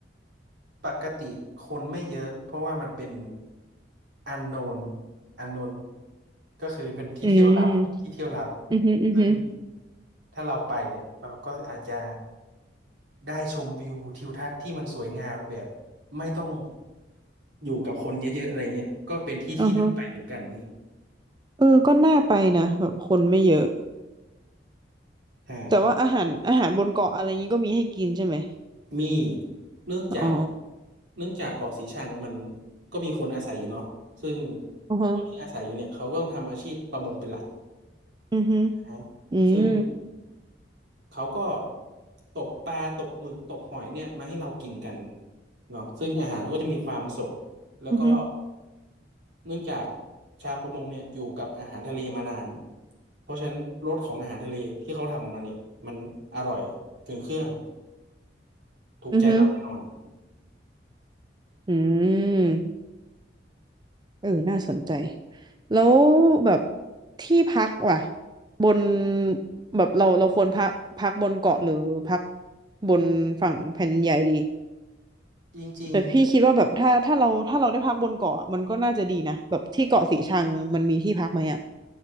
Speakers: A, on the right; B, on the right.
A: ปกติคนไม่เยอะเพราะว่ามันเป็นอันโนนอันโนนก็คือเป็นที่เที่ยวลับ
B: อืม
A: ที่เที่ยวลับ
B: อือฮึอือฮึ
A: ซึ่งถ้าเราไปเนี่ย เราก็อาจจะได้ชมวิวทิวทัศน์ที่มันสวยงามแบบไม่ต้อง อยู่กับคนเยอะๆอะไรเงี้ยก็เป็นที่ที่น่าไปเหมือนกัน
B: อือฮึเออก็น่าไปนะแบบคนไม่เยอะ
A: ใช่
B: แต่ว่าอาหารอาหารบนเกาะอะไรงี้ก็มีให้กินใช่ไหม
A: มีเนื่องจาก
B: อ๋อ
A: เนื่องจากเกาะสีชังมันก็มีคนอาศัยอยู่เนาะซึ่ง
B: อือฮะ
A: คนที่อาศัยอยู่เนี่ยเขาก็ต้องทำอาชีพประมงเป็นหลัก
B: อือฮึ
A: นะฮะ
B: อืม
A: ซึ่งเขาก็ตกปลาตกหมึกตกหอยเนี่ยมาให้เรากินกันเนาะซึ่งอาหารก็จะมีความสดแล้วก็
B: อือฮึ
A: เนื่องจากชาวประมงเนี่ยอยู่กับอาหารทะเลมานาน เพราะฉะนั้นรสของอาหารทะเลที่เขาทำออกมาเนี่ยมันอร่อยถึงเครื่องถูกใจเราแน่นอน
B: อือฮึอืม เออน่าสนใจ แล้วแบบที่พักว่ะบนแบบเราเราควรพักพักบนเกาะหรือพักบนฝั่งแผ่นดินใหญ่ดี
A: จริง
B: แต่พี่คิดว่าแบบถ้าถ้าเราถ้าเราได้พักบนเกาะมันก็น่าจะดีนะแบบที่เกาะสีชังมันมีที่พักไหมอ่ะ